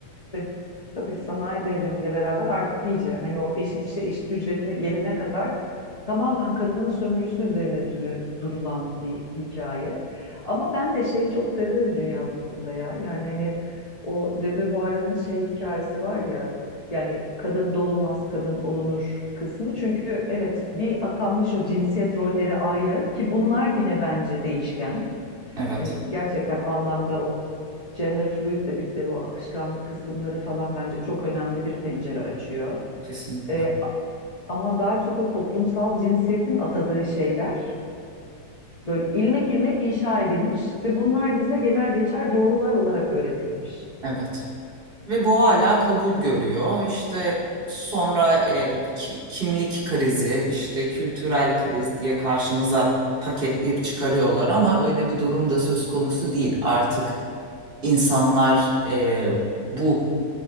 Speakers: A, on the left; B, on the right.
A: Ve Tabii sanayi devrimiyle beraber artık iyice hani o eşit işe eşit ücrete gelene kadar tamamen kadının sömürüsü üzerine dürü- durulan bir hikaye. Ama ben de şeyi çok seviyorum dünya bu konuda ya. Yani hani o de Beauvoir'ın şey hikayesi var ya. Yani kadın doğulmaz, kadın olunur kısmı. Çünkü evet bir atanmış o cinsiyet rolleri ayrı ki bunlar bile bence değişken.
B: Evet,
A: Hani gerçekten o anlamda o gender fluid dedikleri o akışkanlık kısımları falan bence çok önemli bir pencere açıyor.
B: kesinlikle.
A: Ee, ama daha çok o toplumsal cinsiyetin atadığı şeyler böyle ilmek ilmek inşa edilmiş ve bunlar bize genel geçer doğrular olarak öğretilmiş.
B: Evet. Ve bu hala kabul görüyor. İşte sonra e, bir ki- kimlik krizi, işte kültürel kriz diye karşımıza paketleyip çıkarıyorlar ama öyle bir durum da söz konusu değil. Artık insanlar e, bu